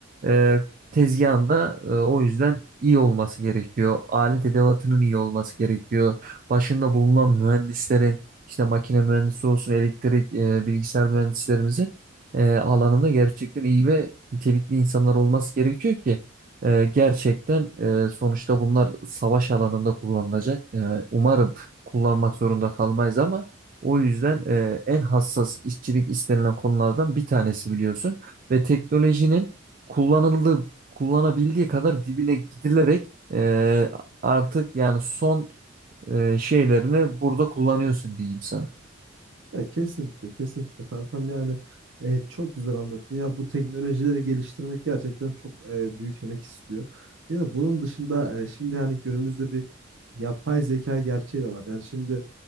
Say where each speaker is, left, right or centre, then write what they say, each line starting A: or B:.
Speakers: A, on the right; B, on the right.
A: e, tezgahın e, o yüzden iyi olması gerekiyor. Alet edevatının iyi olması gerekiyor. Başında bulunan mühendislerin, işte makine mühendisi olsun, elektrik, e, bilgisayar mühendislerimizin e, alanında gerçekten iyi ve nitelikli insanlar olması gerekiyor ki e, gerçekten e, sonuçta bunlar savaş alanında kullanılacak. E, umarım kullanmak zorunda kalmayız ama o yüzden e, en hassas işçilik istenilen konulardan bir tanesi biliyorsun. Ve teknolojinin kullanıldığı, kullanabildiği kadar dibine gidilerek e, artık yani son e, şeylerini burada kullanıyorsun diyeyim sana.
B: Ya kesinlikle kesinlikle kankam yani e, çok güzel anlattın. Ya bu teknolojileri geliştirmek gerçekten çok e, büyük emek istiyor. Yani bunun dışında e, şimdi yani günümüzde bir yapay zeka gerçeği de var. Yani şimdi